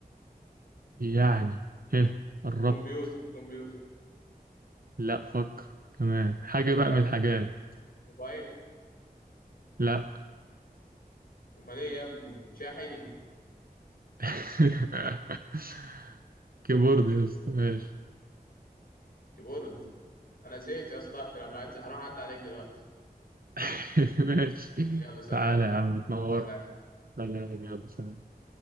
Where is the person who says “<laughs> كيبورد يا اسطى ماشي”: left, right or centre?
Right